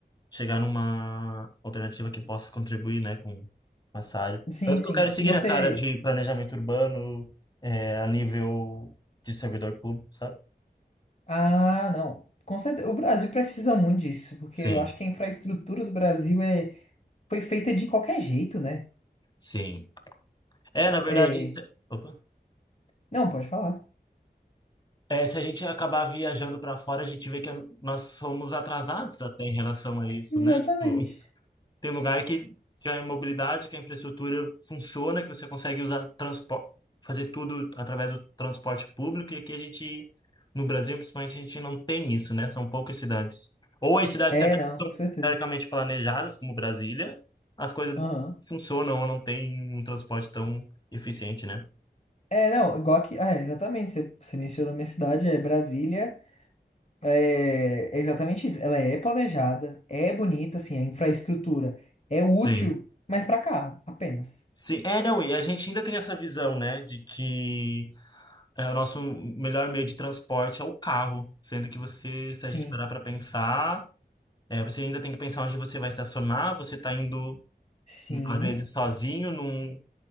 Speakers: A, on the left; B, on the left.
A: chegar numa alternativa que possa contribuir, né, com essa área.
B: sim,
A: Tanto
B: sim.
A: que eu quero seguir
B: Você.
A: nessa área de planejamento urbano, é, a nível de servidor público, sabe?
B: Ah, não. Com certeza. O Brasil precisa muito disso, porque
A: Sim,
B: eu acho que a infraestrutura do Brasil é... foi feita de qualquer jeito, né?
A: sim. É, na verdade,
B: É...
A: isso é- Opa.
B: Não, pode falar.
A: É, se a gente acabar viajando para fora, a gente vê que nós somos atrasados até em relação a isso,
B: Exatamente.
A: né? Tipo, Tem lugar que, que a mobilidade, que a infraestrutura funciona, que você consegue usar transporte, fazer tudo através do transporte público, e aqui a gente, no Brasil, principalmente, a gente não tem isso, né? São poucas cidades. Ou as cidades
B: É,
A: até
B: não,
A: que são
B: com certeza.
A: teoricamente planejadas, como Brasília, as coisas
B: Aham.
A: funcionam ou não tem um transporte tão eficiente, né?
B: É, não, igual aqui. Ah, é, exatamente. Você, você mencionou minha cidade, é Brasília. É, é exatamente isso. Ela é planejada, é bonita, assim, a infraestrutura é útil,
A: Sim.
B: mas para carro, apenas.
A: Sim, é, não, e a gente ainda tem essa visão, né, de que é, o nosso melhor meio de transporte é o carro, sendo que você, se
B: Sim,
A: a gente parar para pensar, É, você ainda tem que pensar onde você vai estacionar, você está indo,
B: sim,
A: às vezes, sozinho num,